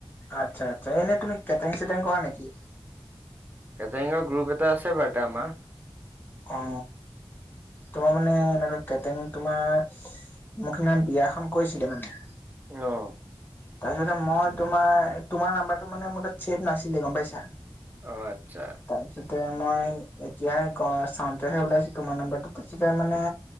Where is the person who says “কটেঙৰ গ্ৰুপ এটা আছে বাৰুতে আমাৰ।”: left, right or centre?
Right